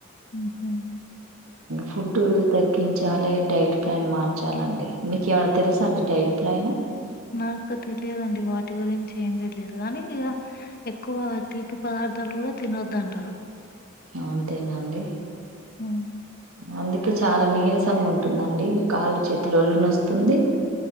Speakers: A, on the left; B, on the right.
A: ఉహు
B: ఫుడ్ తగ్గించాలి డైట్ ప్లాన్ మార్చాలండి మీకే ఏమైన్నా తెల్సా అండి డైట్ ప్లాను
A: నాకు తెలియదండి వాటి గురించి ఏం తెలిదు గాని ఇగ ఎక్కువ తీపి పదార్థాలు కూడా తిన్నొద్దాంటారు
B: అంతేనా అండి
A: ఉ
B: అందుకే చాలా నీరసంగా ఉంటుందండి కాళ్ళు చేతులు ఒల్లునొస్తుంది